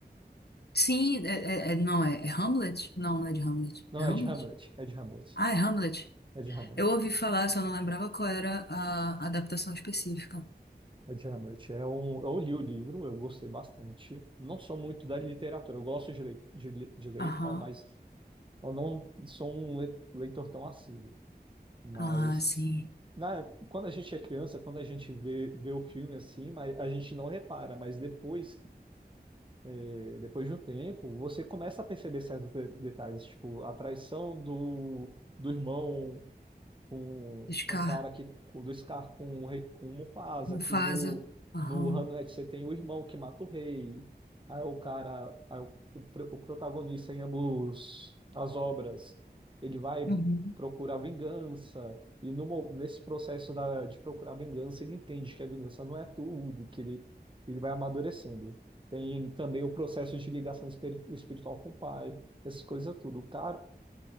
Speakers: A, on the left (about 75°); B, on the right (about 30°).
A: Sim, é, é- é- não, é, é Hamlet? Não, não é de Hamlet.
B: Não,
A: É Hamlet?
B: é de Hamlet, é de Hamlet,
A: Ah, é Hamlet.
B: é de Hamlet,
A: Eu ouvi falar, só não lembrava qual era a adaptação específica.
B: é de Hamlet. É um, eu li o livro, eu gostei bastante. Não sou muito da literatura, eu gosto de ler, de, li- de ler
A: Aham.
B: e tal, mas eu não sou um le- leitor tão assíduo. Mas
A: Ah, sim.
B: na, quando a gente é criança, quando a gente vê, vê o filme assim, mas a gente não repara, mas depois, eh, depois de um tempo, você começa a perceber certos de- detalhes, tipo a traição do, do irmão com
A: Scar,
B: um cara que com- do Scar com o rei, com o Mufasa,
A: Mufasa.
B: que no
A: Aham.
B: no Hamlet você tem o irmão que mata o rei. Aí o cara, aí o, o, pr- o protagonista em ambos as obras, ele vai
A: Uhum.
B: procurar vingança e no, mo- nesse processo da, de procurar vingança ele entende que a vingança não é tudo, que ele ele vai amadurecendo. Tem também o processo de ligação espiri- espiritual com o pai, essas coisas tudo. O cara